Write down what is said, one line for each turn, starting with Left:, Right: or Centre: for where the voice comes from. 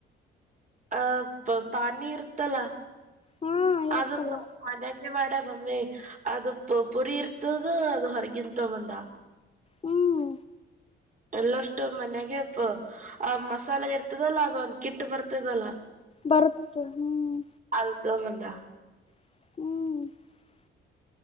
Right: ಆ ಪಾನಿ ಇರ್ತ್ತಲ್ಲ
Left: ಹಾ ಇರುತ್ತಲ್ಲ
Right: ಅದು ಅದ ಮಾಡ ಮಮ್ಮಿ ಅದು ಪುರಿ ಇರ್ತದ ಅದು ಹೊರಗಿಂದ ತಕೊ ಬಂದ <unintelligible>
Left: ಹ್ಮ್
Right: ಎಲ್ಲಷ್ಟು ಮನ್ಯಾಗ ಪ ಆ ಮಸಾಲೆ ಇರ್ತದಲ್ಲ ಅದೊಂದ ಕಿಟ್ ಬರ್ತದಲ್ಲ
Left: ಬರ್ ಹ್ಮ್
Right: ಅದು <unintelligible>
Left: ಹ್ಮ್